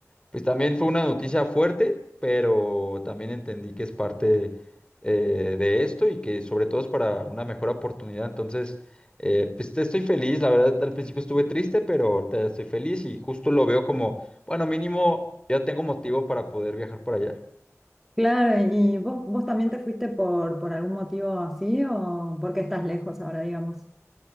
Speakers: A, on the left; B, in the centre.
A: pues también fue una noticia fuerte, pero también entendí que es parte eh, de esto y que sobre todo es para una mejor oportunidad. Entonces, eh, pues te estoy feliz. La verdad, al principio estuve triste, pero ahorita ya estoy feliz y justo lo veo como, bueno, mínimo ya tengo motivo para poder viajar por allá.
B: Claro, ¿y vos, vos también te fuiste por, por algún motivo así o porque estás lejos ahora, digamos?